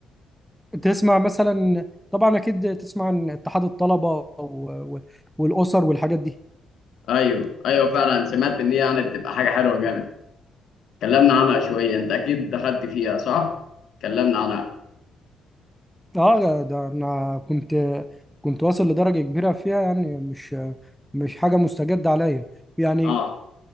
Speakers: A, in the centre; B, on the left.
A: تسمع مثلا طبعا اكيد تسمع عن اتحاد الطلبه و- و- والاسر والحاجات دي
B: ايوه ايوه فعلا سمعت ان هي يعني بتبقى حاجة حلوة جامد اتكلمنا عنها شوية انت اكيد دخلت فيها صح اتكلمنا عنها
A: اه ده انا كنت كنت واصل لدرجه كبيره فيها يعني مش مش حاجه مستجده عليا يعني
B: اه